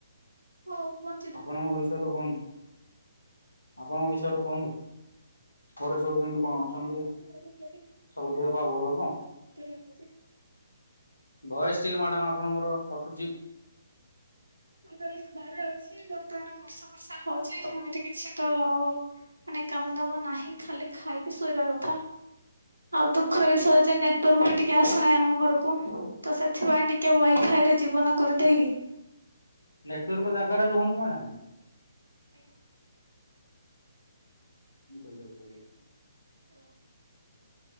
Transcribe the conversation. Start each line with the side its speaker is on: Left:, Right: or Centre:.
Right: ହୋଉ ଆ
Left: ଆପଣଙ୍କ <unintelligible> <unintelligible> ଆପଣଙ୍କ ବିଷୟରେ କୁହନ୍ତୁ ଘରେ ସବୁ କେମତି?
Right: ମତେ
Left: କଣ ଅଛନ୍ତି
Right: ଲାଗୁଛି ମୁଁ କହିଲି
Left: ସବୁ ଦେହ ପା ଭଲ ତ?
Right: ଘରେ
Left: ଭଏସ୍‌ ଟିକେ ମ୍ୟାଡାମ ଆପଣଙ୍କର କଟୁଚି।
Right: ମୁଁ କହିଲି ଘରେ ଅଛି ବର୍ତ୍ତମାନ ବର୍ଷା ବର୍ଷା ହଉଛି ସେମିତି କିଛି ତ ମାନେ କାମ ଦାମ ନାହିଁ ଖାଲି ଖାଇ କି ଶୋଇବା କଥା। ଆଉ ଦୁଃଖର ବିଷୟ ଯେ ନେଟୱାର୍କ ବି ଟିକେ ଆସୁନାହିଁ ଆମ ଘରକୁ। ତ ସେଥିପାଇଁ ଟି କେ ୱାଇଫାଇଏରେ ଜୀବନ କରିଦେଇ କି
Left: ନେଟୱାର୍କ ଜାଗାରେ ରୁହନ୍ତୁ ମ୍ୟାଡ଼ାମ।
Right: ଆଜ୍ଞା।
Left: <unintelligible>
Right: ହ୍ୟାଲୋ।